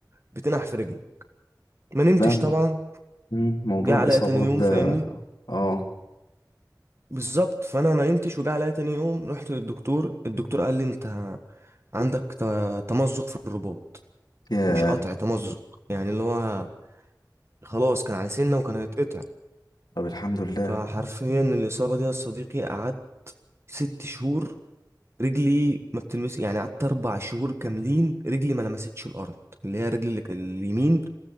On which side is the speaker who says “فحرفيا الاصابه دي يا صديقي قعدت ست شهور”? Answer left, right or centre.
Right